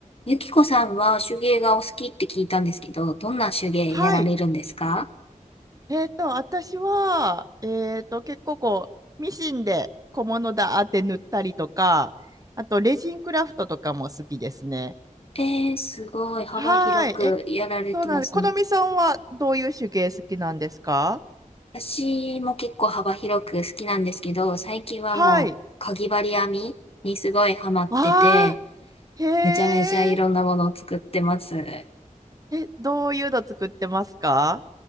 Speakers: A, on the left; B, on the right.
A: ゆきこさんは手芸がお好きって聞いたんですけど、どんな手芸やられるんですか
B: はい。えっと、私は、えっと、結構こう、ミシンで小物だーって塗ったりとか、あと、レジンクラフトとかも好きですね。
A: えー、すごい幅広くやられてますね。
B: はい。え、そうなんで、このみさんはどういう手芸好きなんですか
A: 私も結構幅広く好きなんですけど、最近はもう、
B: はい。
A: かぎ針編みにすごいハマってて、
B: あー、へえ。
A: めちゃめちゃいろんなものを作ってます。え
B: え、どういうの作ってますか